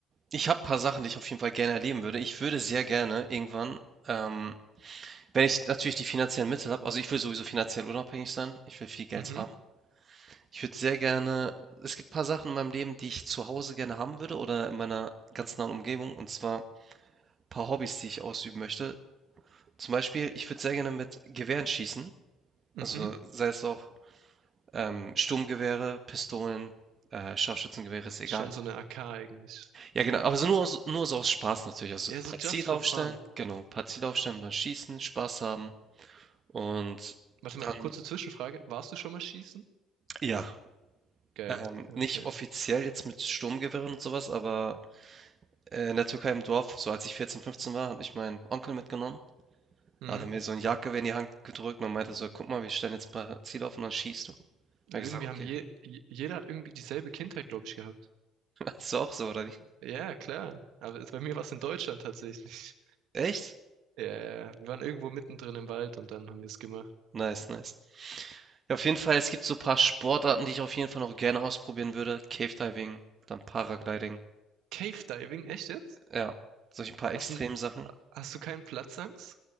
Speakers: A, on the right; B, on the right.
A: ich habe ein paar Sachen, die ich auf jeden Fall gerne erleben würde. Ich würde sehr gerne irgendwann, ähm, wenn ich natürlich die finanziellen Mittel habe, also ich will sowieso finanziell unabhängig sein, ich will viel Geld
B: Mhm,
A: haben. Ich würde sehr gerne, es gibt ein paar Sachen in meinem Leben, die ich zu Hause gerne haben würde oder in meiner ganz nahen Umgebung, und zwar ein paar Hobbys, die ich ausüben möchte. Zum Beispiel, ich würde sehr gerne mit Gewehren schießen.
B: mhm.
A: Also sei es auch ähm, Sturmgewehre, Pistolen, äh, Scharfschützengewehre, ist egal.
B: Schon so eine AK eigentlich.
A: Ja, genau, aber so nur, aus- nur so aus Spaß natürlich. Also
B: Ja,
A: ein
B: so
A: paar
B: just
A: Ziele
B: for
A: aufstellen,
B: fun.
A: genau, ein paar Ziele aufstellen und dann schießen, Spaß haben. Und
B: Warte
A: dann,
B: mal, kurze Zwischenfrage. Warst du schon mal schießen?
A: ja,
B: Geil.
A: ähm,
B: Okay.
A: nicht offiziell jetzt mit Sturmgewehren und sowas, aber äh, in der Türkei im Dorf, so als ich 14, 15 war, hat mich mein Onkel mitgenommen.
B: Mhm.
A: Da hat er mir so ein Jagdgewehr in die Hand gedrückt und meinte so, guck mal, wir stellen jetzt ein paar Ziele auf und dann schießt du. Hab
B: Irgendwie
A: ich gesagt, okay,
B: haben je, je- jeder hat irgendwie dieselbe Kindheit, glaube ich, gehabt.
A: Ist du auch so, oder wie?
B: Ja, klar. Aber es- bei mir war es in Deutschland tatsächlich.
A: Echt?
B: Ja, ja. wir waren irgendwo mittendrin im Wald und dann haben wir es gemacht.
A: Nice, nice. Ja, auf jeden Fall, es gibt so ein paar Sportarten, die ich auf jeden Fall noch gerne ausprobieren würde. Cave Diving, dann Paragliding.
B: Cave Diving, echt jetzt?
A: Ja, solche paar Extremsachen.
B: Hast du, hast du keinen Platzangst?